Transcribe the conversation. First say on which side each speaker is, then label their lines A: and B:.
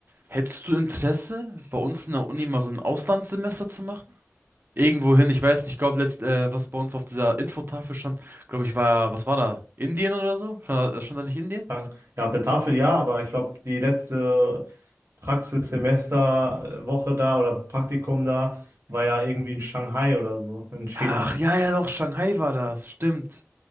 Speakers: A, on the right; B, on the right.
A: Hättest du Interesse, bei uns in der Uni mal so ein Auslandssemester zu machen? Irgendwohin, ich weiß nicht, ich glaube, letzt, äh, was bei uns auf dieser Infotafel stand, glaube ich, war, was war da? Indien oder so? Stand da, äh, stand da nicht Indien?
B: Sagen, Ja, auf der Tafel ja, aber ich glaube, die letzte Praxissemesterwoche da oder Praktikum da war ja irgendwie in Shanghai oder so, in China.
A: Ach, ja, ja, doch, Shanghai war das, stimmt.